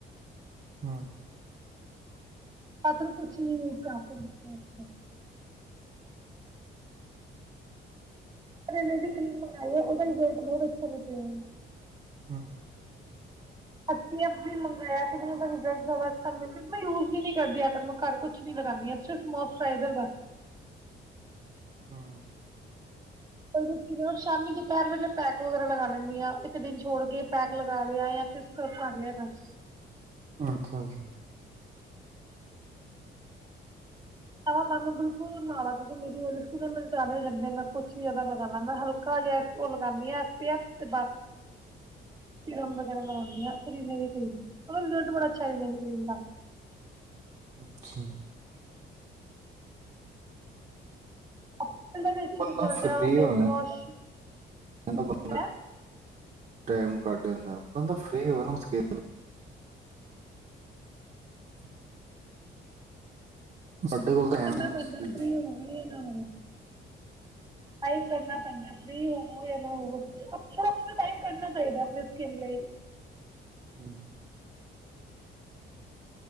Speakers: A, on the right; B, on the right.
A: ਹਾਂ।
B: ਆਖਿਰ ਕੁੱਛ ਨਈਂ ਕਰ ਸਕਦੇ ਫੇਸ ਤੇ। ਰੇਨੇ ਦੀ ਕਰ੍ਰੀਮ ਮੰਗਵਾਈ ਏ, ਉਹਦਾ ਰਿਜ਼ਲਟ ਬਹੁਤ ਅੱਛਾ ਨਿਕਲਿਆ ਏ।
A: ਹੁਂ।
B: ਅੱਸੀ ਏਫ ਬੀ ਮੰਗਵਾਇਆ ਸੀ, ਮੈਨੂੰ ਓਦਾ ਰਿਜ਼ਲਟ ਜਾਦਾ ਅਛਾ ਨਈ। ਮੈਂ ਯੂਜ ਵੀ ਨਹੀਂ ਕਰਦੀ ਇਹ ਤਾਂ ਮੈਂ ਘਰ ਕੁਛ ਕੁਛ ਨੀ ਲਗਾਉਂਦੀ ਆਂ। ਸਿਰਫ ਮੋਸਚਰਾਈਰ ਬਸ।
A: ਹੁਂ।
B: ਪਰ ਕਿਵੇਂ ਆਂ, ਸ਼ਾਮੀ-ਦੁਪਹਿਰ ਵੇਲੇ ਪੈਕ ਵਗੈਰਾ ਲਗਾ ਲੈਂਦੀ ਆਂ। ਇੱਕ ਦਿਨ ਛੋੜ ਕੇ ਪੈਕ ਲਗਾ ਲਿਆਯਾ ਜਾ ਫਿਰ। ਸਬ ਕਰ ਲਿਆ ਬਸ।
A: ਅੱਛਾ-ਅੱਛਾ।
B: <inaudible> ਹਾਂ ਬਾਂ ਮੈਂ ਬਿਲਕੁਲ ਨਾਲ ਆਂ, ਤੁੱਸੀ ਮੇਰੀ ਓ ਲਿਪਸਟਿਕ, ਮੇਰੇ ਦਾਣੇ ਹੋ ਜਾਂਦੇ ਹ, ਮੈਂ ਕੁਛ ਹੀ ਜ਼ਿਆਦਾ ਲਗਾ ਲਾ ਹਲ ਖਾਲੀ ਏਸ ਓ ਲਗਾਨੀ ਆਂ ਏਸ ਪੀ ਏਫ, ਤੇ ਬਸ। ਸੀਰਮ ਞਗੈਰਾ ਲਗਾਉਨੀ ਆਂ, ਕਰੀਮ ਮੈਂ ਕੋਈ ਨਈਂ। ਓਦਾ ਰਿਜ਼ਲਟ ਬੜਾ ਅਛਾ ਹੈਗਾ ਕਰੀਮ ਦਾ।
A: ਅੱਛਾ।
B: ਓਪਨ ਦਾ ਵੀ ਅੱਛਾ
A: ਬੰਦਾ
B: ਰਿਜ਼ਲਟ
A: <unintelligible>
B: ਹੈ ਉਹਦਾ
A: ਹੋਯਾਂ,
B: ਫੇਸ ਵਾਸ਼
A: ਇਦੋਂ ਬਾਦ।
B: ਹੈ
A: ਟਾਈਮ ਕੱਢ ਦਿੰਦਾ। ਬੰਦਾ ਫਰੀ ਹੋਵੇ ਨਾ ਓਸ ਗੇਲ <unintelligible> ਸਾਡੇ ਕੋਲ ਤਾਂ
B: ਕਰਨਾ
A: ਐਵੇਂ ਹੋ
B: ਪੈਂਦਾ,
A: ਸੀ
B: ਫਰੀ ਹੋਵੇ ਨਾ ਹੋਵੇ। ਟਾਈਮ ਕੱਢਣਾ ਪੈਂਦਾ, ਫ੍ਰੀ ਹੋਵੋ ਜਾਂ ਨਾ ਹੋਞੋ। ਅੱਛਾ ਆਪ ਨੂੰ ਟਾਈਮ ਕੱਢਨਾ ਚਾਹੀਦਾ ਆਪਣੀ ਸਕਿੱਨ ਲਈ।
A: ਹੁਂ।